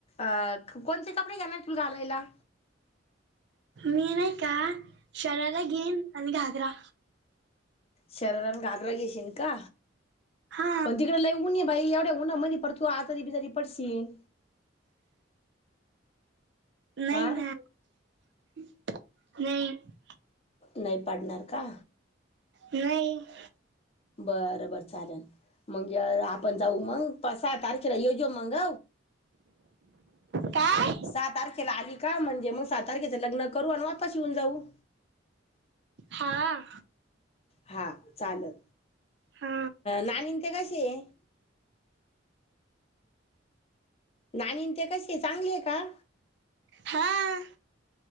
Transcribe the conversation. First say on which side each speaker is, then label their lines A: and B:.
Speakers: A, on the left; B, on the right.
A: अऔ कोणते कपडे घेणार तुम्हीं घालायला.
B: मीं नाही कां शरारा घेईन आणि घागरा.
A: शरार, घागरा. घेशील का?
B: हा
A: पण तिकडे लई उन बाई एवढ्या उन्हा मध परत. तू आजारी- बिजारी पडशील.
B: नाही
A: हा
B: नां <unintelligible> नाहीत.
A: नाही पाडणार का?.
B: नाहीत.
A: बरं -बर चालेलं मगे आपण जाऊ मग सहा तारखेला येऊजो मग
B: काय
A: सहा, तारखेला आली का? म्हणजे मग सात, तारखेचं लग्न करू आणि वापस येऊन जाऊ
B: हांअं.
A: हांअ चालेल
B: हा
A: नाणी ते कसे आहे. नाणी ते कशी कायं चांगलीय का?
B: हांअं.